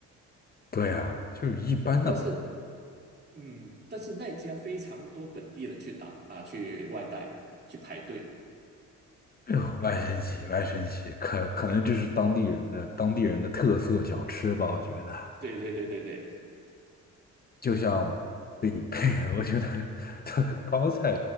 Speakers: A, on the left; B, on the right.
A: 对呀，就是一般的。
B: 但是嗯，但是那家非常多本地人去打啊，去外带去排队。
A: 哎呦，外神奇，外神奇，可可能这是当地人的当地人的特色小吃吧？我觉得，
B: 对对对对对
A: 就像北北 <laughs>，我觉得包菜